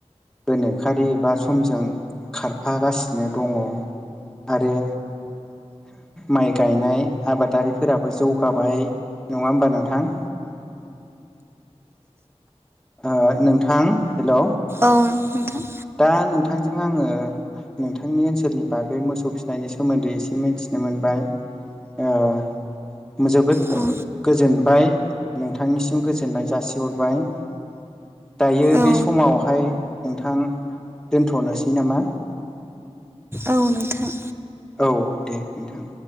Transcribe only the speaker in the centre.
गोनोखोआरि एबा समजों खारफागासिनो दङ आरो माइ गायनाय आबादारिफोराबो जौगाबाय नङा होमबा नोंथां ओ नोंथां हेल'
दा नोंथांजों आङो नोंथांनि ओनसोलनि बागै मोसौ फिसिनायनि सोमोन्दै एसे मिथिनो मोनबाय ओ जोबोद
गोजोनबाय नोंथांनिसिम गोजोननाय जासिहरबाय दायो
बे समावहाय नोंथां दोनथ'नोसै नामा
औ दे नोंथां